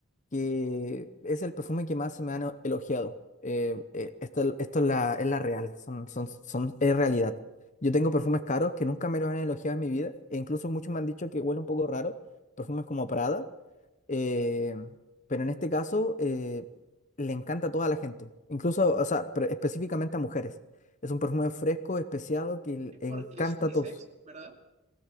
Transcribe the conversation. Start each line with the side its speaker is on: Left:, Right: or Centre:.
Left: que es el perfume que más se me han o- elogiado. Eh, eh, esto, esto es la, es la real, son, son, son, es realidad. Yo tengo perfumes caros que nunca me lo han elogiado en mi vida, e incluso muchos me han dicho que huele un poco raro, perfumes como Prada, eh, pero en este caso eh, le encanta a toda la gente, incluso, o sea, pero específicamente a mujeres. Es un perfume fresco, especiado, que le
Right: Es
Left: encanta
Right: porque es unisex,
Left: a todos.
Right: ¿verdad?